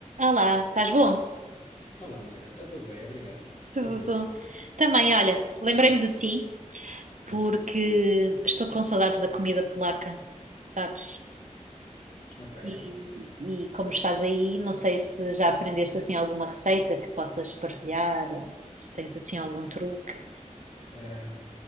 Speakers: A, on the right; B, on the left.
A: Olá, estás bom?
B: Olá, Magda. Está tudo bem? Obrigado.
A: Tudo.
B: Contigo.
A: Também, olha, lembrei-me de ti porque
B: Uhum.
A: estou com saudades da comida polaca, sabes?
B: Ok.
A: E, e como estás aí, não sei se já aprendeste assim alguma receita que possas partilhar, se tens assim algum truque,
B: Eh,